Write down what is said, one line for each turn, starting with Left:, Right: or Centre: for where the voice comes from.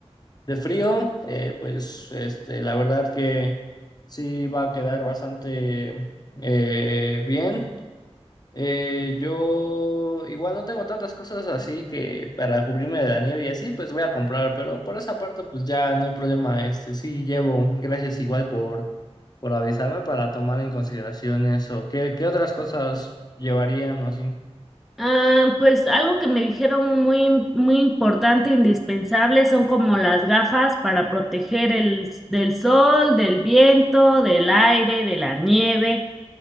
Left: de frío. eh, pues, este, la verdad que sí va a quedar bastante eh, bien. Eh, yo igual no tengo tantas cosas así que para cubrirme de la nieve y así, pues voy a comprar, pero por esa parte pues ya no hay problema, este, sí llevo, gracias igual por, por avisarme para tomar en consideración eso. ¿Qué, qué otras cosas llevarían o así?
Centre: Ah, pues algo que me dijeron muy im- muy importante, indispensable, son como las gafas para proteger el s- del sol, del viento, del aire, de la nieve.